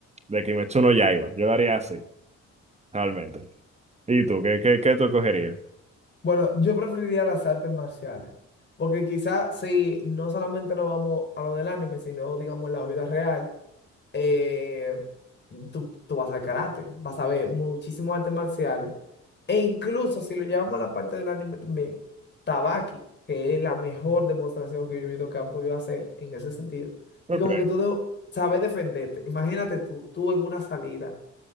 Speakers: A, on the right; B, on the left.
A: de Kimetsu no Yaiba, yo lo haría así, realmente. ¿Y tú, qué, qué, qué tú escogerías?
B: Bueno, yo preferiría las artes marciales, porque quizás si no solamente nos vamos a lo del anime, sino digamos en la vida real, eh, tú, tú vas al karate, vas a ver muchísimos artes marciales, e incluso si lo llevamos a la parte del anime también, Tabaki, que es la mejor demostración que yo he visto que han podido hacer en ese sentido,
A: Ok.
B: y como que tú de- sabes defenderte, imagínate tú, tú en una salida